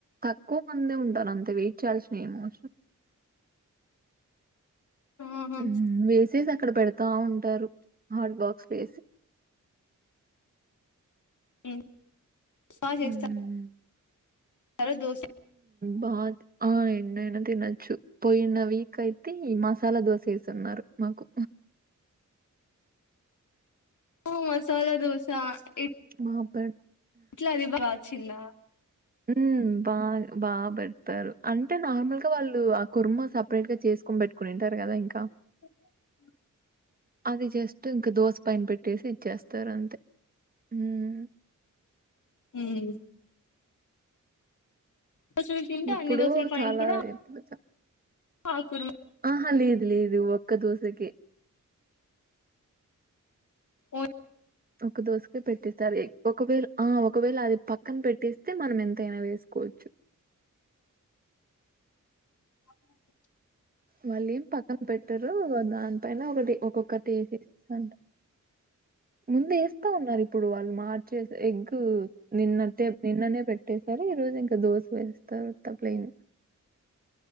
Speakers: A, on the right; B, on the left.
A: తక్కువ మందే ఉంటారు అంత వెయిట్ చేయాల్సిన ఏమిఅవసరం
B: ఆహా
A: ఉమ్ హు వేసేసి అక్కడ పెడతా ఉంటారు హార్డ్ బాక్స్ లో ఏసి
B: ఇన్ సాగేస్తా
A: హ్మ్
B: స్తారా దోస
A: బాత్ ఆ ఎన్ని అయినా తినచ్చు పోయిన వీక్ అయి తి మసాలా దోస ఏసున్నారు మాకు
B: ఓ మసాలా దోస ఎ
A: మా పె
B: ఇట్లా రివాచ్చిందా
A: ఉమ్ బా బాగా పెడతారు అంటే నార్మల్గా వాళ్ళు ఆ కుర్మ సపరేట్ గా చేసి తీసుకోని పెట్టుకొనింటారు గదా ఇంకా
B: <inaudible>
A: అది జస్ట్ ఇంకా దోశ పైన పెట్టేసి ఇచ్చేస్తారు అంతే ఉమ్
B: ఉమ్ దోశలు తింటే
A: ఇప్పుడు
B: అన్ని దోశల పైన
A: చాలా
B: కూడా
A: ఇప్పుడు చా
B: ఆ కుర్మా
A: ఆహా లేదు లేదు ఒ ఒక్క దోస కె
B: పో
A: ఒక్క దోస కె పెట్టిస్తారు ఎ ఒకవేళ ఆ ఒకవేళ అది పక్కన పెట్టేస్తే మనం ఎంతైనా వేసుకోవచ్చు
B: అ <inaudible>
A: వాలేం పక్కన పెట్టరు అదా దాని పైన ఒక్కటి ఒక్కొక్కటి ఏస్తా ముందు ఏస్తా వున్నారు ఇప్పుడు వాళ్ళు మార్చేసే ఎగ్ నిన్నదే నిన్ననే పెట్టసా ఈ రోజు ఇంకా దోశ వేస్తారు ఉత్త ప్లేన్